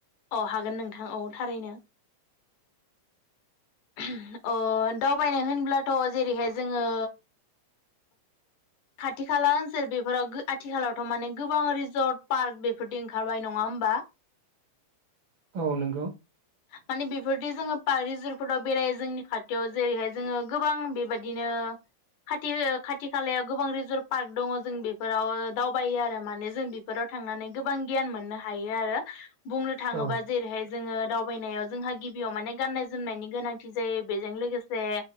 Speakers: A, on the left; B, on the right.
A: अ हागोन नोंथां औ थारैनो <unintelligible> अ दावबायनाय होनब्लाथ' जेरैहाय जोङो खाथि खाला ओनसोल बेफोराव गो आथिखालावथ' माने गोबां रिजर्ट पार्क बेफोरदि ओंखारबाय नङा होमबा?
B: औ नंगौ।
A: माने बेफोरदि जोङो पार्क रिजर्टफोराव बेरायो जोंनि खाथियाव जेरैहाय जोङो गोबां बेबायदिनो खाथि ओ खाथि खालायाव गोबां रिजर्ट पार्क दङ जों बेफोराव दावबायो आरो माने जों बेफोराव थांनानै गोबां गियान मोननो हायो आरो बुंनो थाङोबा
B: औ
A: जेरैहाय जोङो दाव बायनायाव जोंहा गिबियाव माने गाननाय जोमनायनि गोनांथि जायो बेजों लोगोसे